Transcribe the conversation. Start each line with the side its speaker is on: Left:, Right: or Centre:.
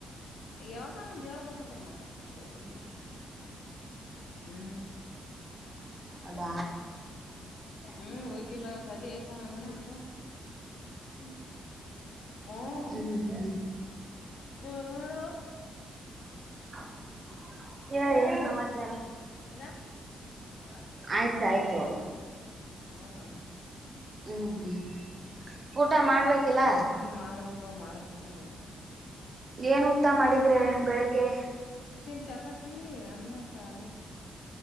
Left: ಯಾವ್ದ ಒಂದು ಹೇಳ್ಬೇಕತ್ತದ ಮತ್ತ ಹ ಇರ್ತಿ ಇಡ್ ಹ್ಮ್
Right: ಅದ
Left: ಹ್ಮ್ ಹೋಗಿಲ್ಲ ಸದಿ ಆಯ್ತಣ ಅನ್ನಂದ್ ಬಿಟ್ಟು. ಹ್ಮ್ ಹೂಮ್
Right: ಹ್ಮ್ ಹ್ಮ್
Left: ಹ ನೋಡು
Right: <unintelligible> ಹೇಳಿ
Left: ಯಾರು
Right: ಏನ್ ಸಮಾಚಾರ
Left: ಈಗ ನೋಡ
Right: ಆಯ್ತಾಯ್ತು.
Left: ಹೌದನ
Right: ಹ್ಮ್-ಹ್ಮ್ ಊಟ ಮಾಡ್ಬೇಕಿಲ್ಲ
Left: ಹ್ಮ್ ಮಾಡ್ಬೇಕು ಮಾಡ್ಬಕ್ ನೋಡ್ ಇನ್ನ
Right: ಏನ್ ಊಟ ಮಾಡಿದ್ರೆ ಬೆಳಿಗ್ಗೆ
Left: ಚಪತಿ ಅನ್ನ ಸಾರು